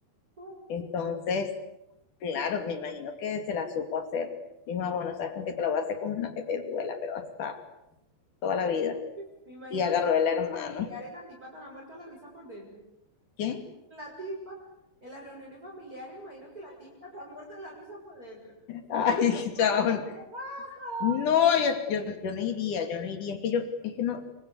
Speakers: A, on the right; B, on the left.
A: Por eso,
B: Entonces, claro, me imagino que se la supo hacer. Dijo, "Ah, bueno, sabes con qué te la voy a hacer con una que te duela, pero hasta toda la vida.
A: <laughs> Me imagino
B: Y agarró
A: a las
B: el hermano.
A: familiares, la tipa estará muerta de la risa por dentro.
B: ¿Quién?
A: la tipa en las reuniones familiares, me imagino que la tipa está muerta de la risa por dentro.
B: Ay, <laughs> chabón.
A: Cuando me dice, "Ja, ja".
B: No, yo, yo, yo no iría, yo no iría. Es que yo, es que no,